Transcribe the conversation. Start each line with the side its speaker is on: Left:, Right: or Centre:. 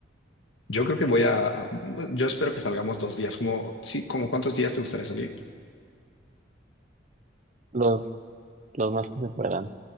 Left: Yo creo que voy a, a- yo espero que salgamos dos días, como, sí, como cuántos días te gustaría salir.
Right: los, los más que se puedan.